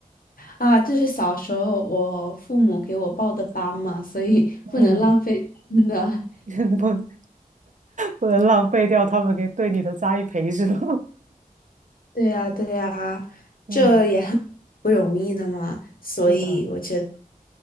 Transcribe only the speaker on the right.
嗯，<laughs> 不不能浪费掉他们给对你的栽培是吧？
<laughs> 嗯，
是的。